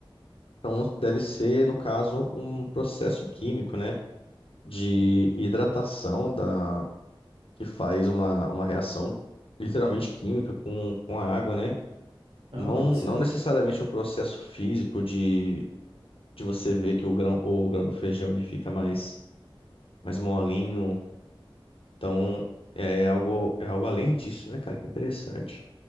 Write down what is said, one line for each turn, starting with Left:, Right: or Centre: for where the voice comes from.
Left: Então deve ser, no caso, um processo químico, né? De hidratação da, que faz uma, uma reação literalmente química com, com a água, né?
Right: Ah,
Left: Não,
Right: pode ser.
Left: não necessariamente um processo físico de de você ver que o grão, o grão do feijão ele fica mais, mais molinho. Então, é algo, é algo além disso, né, cara? Que interessante.